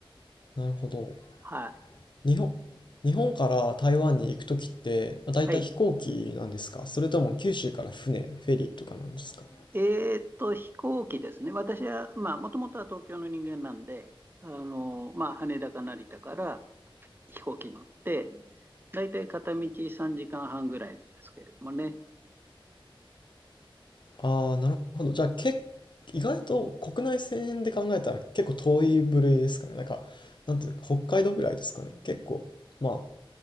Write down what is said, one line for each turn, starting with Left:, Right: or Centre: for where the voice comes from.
Left: なるほど。
Right: はい。
Left: 日本、日本から台湾に行くときって、だいたい飛行機なんですかそれとも九州から船、
Right: はい。
Left: フェリーとかなんですか
Right: えーっと、飛行機ですね。私は、まあ、もともとは東京の人間なんで、あの、まあ、羽田か成田から飛行機乗って、だいたい片道3時間半ぐらいなんですけれどもね。
Left: ああ、なるほど。じゃあ、け、意外と国内線で考えたら結構遠い部類ですかね。なんか、なんていうか、北海道ぐらいですかね。結構、ま